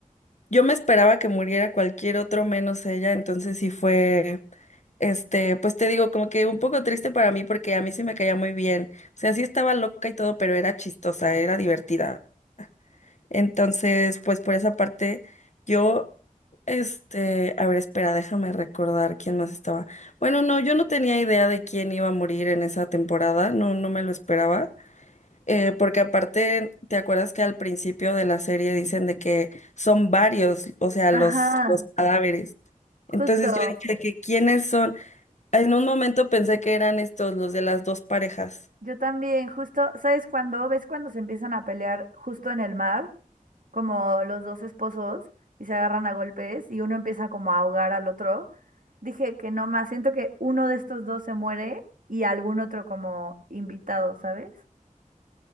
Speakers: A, on the left; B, on the right.
A: Yo me esperaba que muriera cualquier otro menos ella, entonces sí fue, este, pues te digo, como que un poco triste para mí porque a mí sí me caía muy bien. O sea, sí estaba loca y todo, pero era chistosa, era divertida. Entonces, pues por esa parte, yo, este, a ver, espera, déjame recordar quién más estaba. Bueno, no, yo no tenía idea de quién iba a morir en esa temporada, no, no me lo esperaba. Eh, porque aparte, ¿te acuerdas que al principio de la serie dicen de que son varios, o sea,
B: Ajá,
A: los, los cadáveres? Entonces
B: justo.
A: yo dije de que quiénes son. En un momento pensé que eran estos, los de las dos parejas.
B: Yo también, justo, ¿sabes cuándo? ¿Ves cuando se empiezan a pelear justo en el mar? Como los dos esposos y se agarran a golpes y uno empieza como a ahogar al otro. Dije que no más, siento que uno de estos dos se muere y algún otro como invitado, ¿sabes?